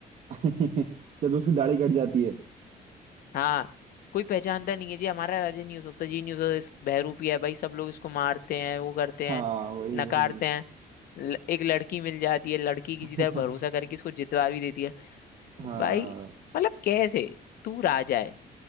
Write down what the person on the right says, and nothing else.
<laughs> जब उसकी दाढ़ी कट जाती है
हाँ
वही
वही
<laughs>
हाँ